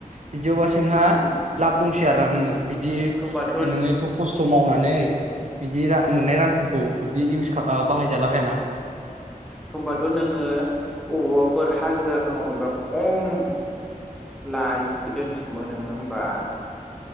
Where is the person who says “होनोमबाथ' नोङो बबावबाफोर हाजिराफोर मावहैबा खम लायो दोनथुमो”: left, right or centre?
Centre